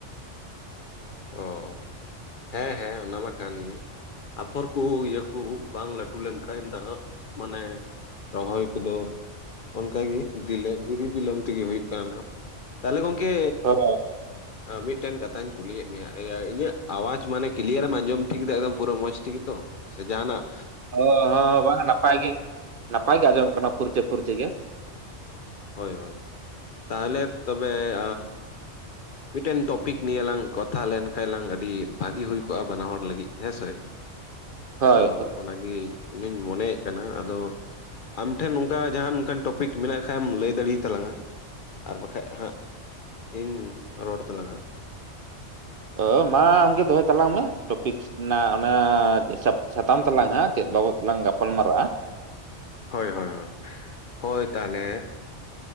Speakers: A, on the right (about 55°); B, on the left (about 50°).
A: <inaudible>
B: ᱚ ᱦᱮᱸ ᱦᱮᱸ ᱚᱱᱟ ᱢᱟ ᱠᱟᱱ ᱜᱮ ᱟᱯᱷᱚᱨ ᱠᱩᱦᱩ ᱤᱭᱟᱹ ᱠᱩᱦᱩ ᱵᱟᱝ ᱞᱟᱹᱴᱩ ᱞᱮᱱᱠᱷᱟᱡ ᱫᱚ ᱦᱟᱸᱜ ᱢᱟᱱᱮ ᱨᱚᱦᱚᱭ ᱠᱚᱫᱚ ᱚᱱᱠᱟᱜᱮ ᱫᱤᱞᱟᱹ ᱫᱤᱨᱤ ᱵᱤᱞᱚᱢ ᱛᱮᱜᱮ ᱦᱩᱭᱩᱜ ᱠᱟᱱᱟ ᱱᱟᱜ ᱛᱟᱦᱚᱞᱮ ᱜᱚᱝᱠᱮ
A: ᱦᱳᱭ
B: ᱢᱤᱜᱴᱮᱱ ᱠᱟᱛᱷᱟᱧ ᱠᱩᱞᱤᱭᱮᱫ ᱢᱮᱭᱟ ᱤᱧᱟᱜ ᱟᱣᱟᱡ ᱢᱟᱱᱮ ᱠᱞᱤᱭᱟᱨᱮᱢ ᱟᱸᱡᱚᱢ ᱴᱷᱤᱠ ᱫᱟ ᱮᱠᱫᱚᱢ ᱯᱩᱨᱟᱹ ᱢᱚᱸᱡᱽ ᱴᱷᱤᱠ ᱜᱮᱛᱚ ᱥᱮ ᱡᱟᱦᱟᱸᱱᱟᱜ
A: ᱚ ᱦᱚᱸ ᱵᱟᱝ ᱟ ᱱᱟᱯᱟᱭ ᱜᱮ ᱱᱟᱯᱟᱭ ᱜᱮ ᱟᱸᱡᱚᱢᱚᱜ ᱠᱟᱱᱟ ᱯᱷᱩᱨᱪᱟᱹ ᱯᱷᱩᱨᱪᱤ ᱜᱮ
B: ᱦᱳᱭ ᱦᱳᱭ ᱛᱟᱦᱚᱞᱮ ᱛᱚᱵᱮ ᱢᱤᱫᱴᱮᱱ ᱴᱚᱯᱤᱠ ᱱᱤᱭᱮ ᱞᱟᱝ ᱠᱟᱛᱷᱟ ᱞᱮᱱᱠᱷᱟᱱ ᱞᱟᱝ ᱟᱹᱰᱤ ᱵᱷᱟᱜᱤ ᱦᱩᱭ ᱠᱚᱜᱼᱟ ᱵᱟᱱᱟᱦᱚᱲ ᱞᱟᱹᱜᱤᱫ ᱦᱮᱸᱥᱮ
A: ᱦᱳᱭ
B: ᱟᱫᱚ
A: ᱦᱳᱭ
B: ᱚᱱᱟᱜᱮ ᱤᱧ ᱦᱚᱸᱧ ᱢᱚᱱᱮᱭᱮᱫ ᱠᱟᱱᱟ ᱟᱫᱚ ᱟᱢᱴᱷᱮᱱ ᱱᱚᱝᱠᱟ ᱡᱟᱦᱟᱸ ᱚᱱᱠᱟᱱ ᱴᱚᱯᱤᱠ ᱢᱮᱱᱟᱜ ᱠᱷᱟᱡ ᱮᱢ ᱞᱟᱹᱭ ᱫᱟᱲᱮᱭᱟᱜ ᱟᱛᱟᱞᱟᱝᱼᱟ ᱟᱨ ᱵᱟᱠᱷᱟᱡ ᱦᱟᱸᱜ ᱤᱧ ᱨᱚᱲ ᱛᱟᱞᱟᱝᱟ
A: ᱚ ᱢᱟ ᱟᱢᱜᱮ ᱫᱚᱦᱚᱭ ᱛᱟᱞᱟᱝ ᱢᱮ ᱴᱚᱯᱤᱠ ᱚᱱᱟ ᱚᱱᱟ ᱥᱟᱛᱟᱢ ᱛᱟᱞᱟᱝ ᱦᱟᱸᱜ ᱪᱮᱫ ᱵᱟᱵᱚᱫ ᱛᱮᱞᱟᱝ ᱜᱟᱯᱟᱞ ᱢᱟᱨᱟᱜᱼᱟ
B: ᱦᱳᱭ ᱦᱳᱭ ᱦᱳᱭ ᱦᱳᱭ ᱛᱟᱦᱞᱮ